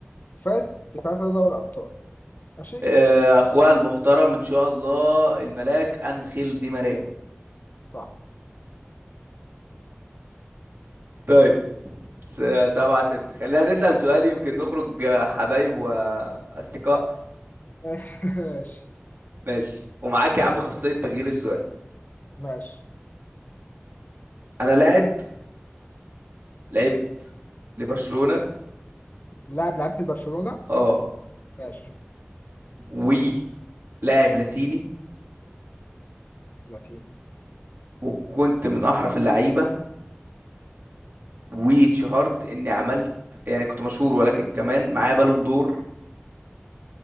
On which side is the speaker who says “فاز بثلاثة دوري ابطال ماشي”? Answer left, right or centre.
Left